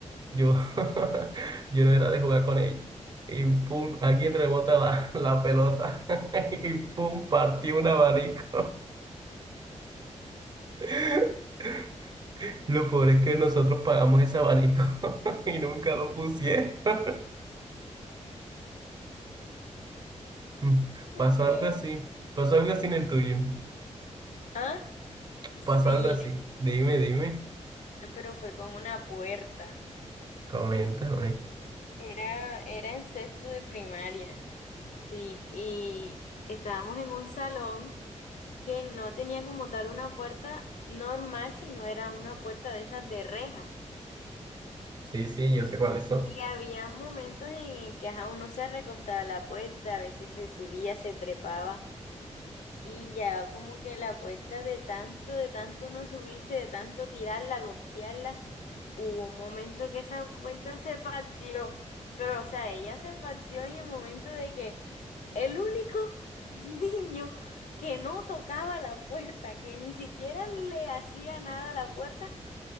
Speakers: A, on the right; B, on the left.
A: yo, <laughs> yo no era de jugar con ellos y pum, alguien rebota la, la pelota <laughs> y pum, partió un abanico. <laughs> Lo peor es que nosotros pagamos ese abanico <laughs> y nunca lo pusieron. <laughs> Mm,
B: Te
A: Pasó
B: creo.
A: algo así, pasó algo así en el tuyo,
B: Ah, sí,
A: pasó algo así. Dime, dime,
B: pero fue con una puerta.
A: coméntame.
B: Era, era en sexto de primaria. Sí, y estábamos en un salón que no tenía como tal una puerta normal, sino era una puerta de esas de reja.
A: Sí, sí, yo sé cuáles son.
B: Y había momentos en el que ajá, uno se recostaba a la puerta, a veces se subía, se trepaba. Y ya como que la puerta de tanto, de tanto no subirse, de tanto tirarla, golpearla, hubo un momento que esa puerta se partió. Pero, o sea, ella se partió en el momento de que el único <laughs> niño que no tocaba la puerta, que ni siquiera le hacía nada a la puerta,